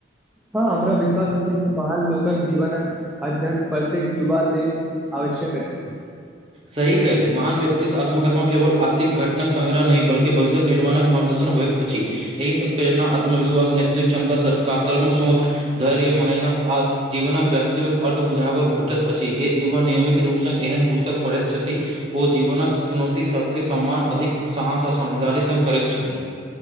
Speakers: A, in the centre; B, on the right.
A: हँ हमरा विश्वास अछी महान लोकक जीवनक अध्ययन प्रत्येक युवा लेल आवश्यक अछि
B: सही कहले महान व्यक्तिसँ आत्मकथा केवल आर्थिक घटक संग्रह नहि बल्कि भविष्यक निर्माणक मार्गदर्शन होयत अछि एहि स प्रेरणा आत्मविश्वास नेतृिक क्षमता सकारात्मक सोच। धैर्य मेहनत आ। जीवनक वास्तविक अथि बुझावल भेटैत अछि जे युवा नियमित रूपसँ एहन पुस्तक पढ़ैत छथि ओ जीवनक चुनौती सभके सम्मान अधिक साहस आ समझदारी सघ करैत छथि